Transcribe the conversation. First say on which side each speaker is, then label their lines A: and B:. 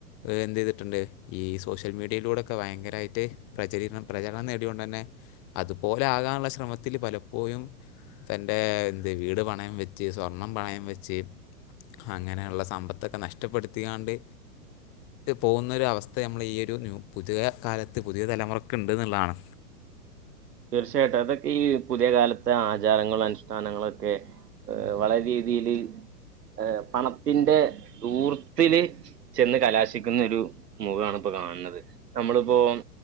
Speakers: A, on the left; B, on the right.
A: എന്തെയ്ത്ട്ട്ണ്ട് ഈ സോഷ്യൽ മീഡിയിലൂടെക്കെ ഭയങ്കരായിട്ട് പ്രചിരണം പ്രചരണം നേട്യോണ്ടന്നെ അതുപോലെ ആകാന്ള്ള ശ്രമത്തിൽ പലപ്പോയും തന്റെ എന്ത് വീട് പണയം വെച്ച് സ്വർണം പണയം വെച്ച് ഹങ്ങനെള്ള സമ്പത്തൊക്കെ നഷ്ടപ്പെടുത്തിങ്ങാണ്ട് പോകുന്നൊരവസ്ഥ നമ്മളെ ഈ ഒരു ന്യൂ പുതിയ കാലത്ത് പുതിയ തലമുറക്ക്ണ്ട്ന്ന്ള്ളതാണ്
B: തീർച്ചയായിട്ടും അതൊക്കെ ഈ പുതിയ കാലത്തെ ആചാരങ്ങളും അനുഷ്ഠാനങ്ങളൊക്കെ ഏഹ് വളരെ രീതിൽ ഏഹ് പണത്തിന്റെ ദൂർത്തില് ചെന്ന് കലാശിക്കുന്നൊരു മുഖാണ് ഇപ്പോ കാണ് ണത് നമ്മള്പ്പോം